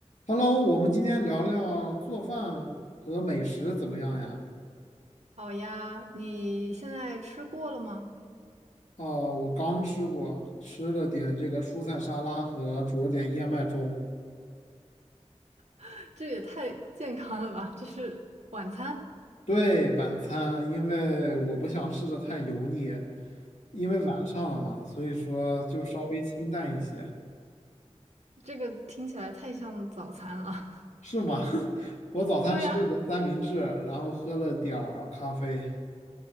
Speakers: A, on the left (about 80°); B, on the right (about 70°).
A: Hello，我们今天聊聊做饭和美食怎么样呀？
B: 好呀，你现在吃过了吗？
A: 哦，我刚吃过，吃了点这个蔬菜沙拉和煮了点燕麦粥。
B: <laughs> 这也太健康了吧！这是晚餐，
A: 对，晚餐，因为我不想吃的太油腻，因为晚上了嘛，所以说就稍微清淡一些，
B: 这个听起来太像早餐了。
A: 是吗？<laughs> 我早餐吃了个三明治，
B: <laughs> 对呀，
A: 然后喝了点儿咖啡。